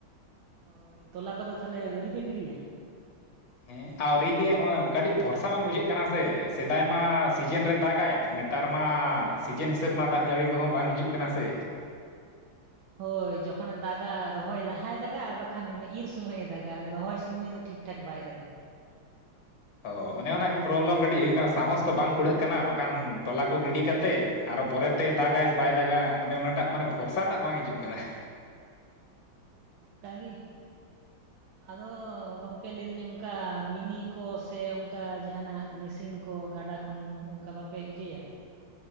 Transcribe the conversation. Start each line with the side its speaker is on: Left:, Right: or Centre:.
Right: ᱦᱚᱭ ᱛᱚᱞᱟ ᱠᱚ ᱫᱚ ᱛᱟᱦᱚᱞᱮ ᱟᱹᱣᱨᱤ ᱯᱮ ᱜᱤᱰᱤᱭᱟ?
Left: ᱦᱮᱸ ᱟᱹᱣᱨᱤ ᱜᱮ ᱠᱟᱹᱴᱤᱡ ᱵᱷᱚᱨᱥᱟ ᱵᱟᱝ ᱵᱩᱡᱷᱟᱹᱜ ᱠᱟᱱᱟ ᱥᱮ ᱥᱮᱫᱟᱭ ᱢᱟ ᱥᱤᱡᱮᱱ ᱨᱮ ᱫᱟᱜᱟᱭ ᱟᱨ ᱱᱮᱛ ᱱᱮᱛᱟᱨ ᱢᱟ ᱥᱤᱡᱮᱱ ᱦᱤᱥᱟᱹᱵᱽ ᱢᱟ ᱫᱟᱜ ᱡᱟᱹᱲᱤ ᱠᱚ ᱦᱚᱸ ᱵᱟᱝ ᱦᱤᱡᱩᱜ ᱠᱟᱱᱟ ᱥᱮ
Right: ᱦᱚᱭ ᱡᱚᱠᱷᱚᱱᱮ ᱫᱟᱜᱟ ᱨᱚᱦᱚᱭ ᱞᱟᱦᱟᱭ ᱫᱟᱜᱟ ᱟᱨ ᱵᱟᱠᱷᱟᱱ ᱤᱨ ᱥᱚᱢᱚᱭᱮ ᱫᱟᱜᱟ ᱨᱚᱦᱚᱭ ᱥᱚᱢᱚᱭ ᱫᱚ ᱴᱷᱤᱠ ᱴᱷᱟᱠ ᱵᱟᱭ ᱫᱟᱜᱟ᱾
Left: ᱦᱚ ᱚᱱᱮ ᱚᱱᱟ ᱜᱮ ᱯᱨᱚᱵᱞᱮᱢ ᱠᱟᱹᱴᱤᱡ ᱦᱩᱭᱩᱜ ᱠᱟᱱᱟ ᱥᱟᱸᱦᱚᱥ ᱠᱚ ᱵᱟᱝ ᱠᱩᱲᱟᱹᱜ ᱠᱟᱱᱟ, ᱵᱟᱠᱷᱟᱱ ᱛᱚᱞᱟ ᱠᱚ ᱜᱤᱰᱤ ᱠᱟᱛᱮᱫ ᱟᱨᱚ ᱯᱚᱨᱮᱛᱮ ᱫᱟᱜᱟᱭ ᱥᱮ ᱵᱟᱭ ᱫᱟᱜᱟ ᱚᱱᱮ ᱚᱱᱟᱴᱟᱜ ᱢᱟᱱᱮ ᱵᱷᱚᱨᱥᱟᱴᱟᱜ ᱵᱟᱝ ᱦᱤᱡᱩᱜ ᱠᱟᱱᱟ᱾
Right: ᱚᱱᱠᱟᱜᱮ ᱟᱫᱚ ᱜᱚᱝᱠᱮ ᱞᱟᱹᱭᱫᱟᱹᱧ ᱚᱱᱠᱟ ᱢᱤᱱᱤ ᱠᱚ ᱥᱮ ᱚᱱᱠᱟ ᱡᱟᱦᱱᱟᱜ ᱢᱮᱥᱤᱱ ᱠᱚ ᱜᱟᱰᱟ ᱠᱚ ᱠᱷᱚᱱ ᱚᱱᱠᱟ ᱵᱟᱯᱮ ᱤᱭᱟᱹᱭᱟ᱾